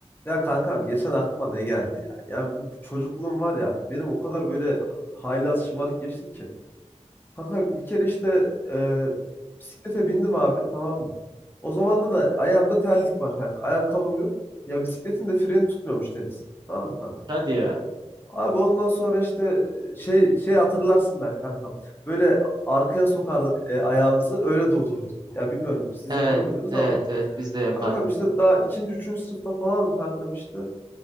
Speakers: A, on the left; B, on the right.
A: Ya kankam geçen aklıma ne geldi ya? Ya çocukluğum var ya benim o kadar böyle haylaz şımarık geçti ki. Kanka bir kere işte e, bisiklete bindim abi tamam mı? O zaman da da ayağımda terlik var kanka. Ayakkabım yok. Ya bisikletin de freni tutmuyormuş Deniz. Tamam mı kanka?
B: Hadi ya.
A: Abi ondan sonra işte şey şey hatırlarsın ben kankam. Böyle arkaya sokardık e, ayağımızı öyle durdururduk. Ya bilmiyorum siz
B: Evet,
A: yapıyor muydunuz
B: evet,
A: ama
B: evet biz de yapardık
A: kankam işte
B: onu.
A: daha ikinci üçüncü sınıfta falanım kankam işte.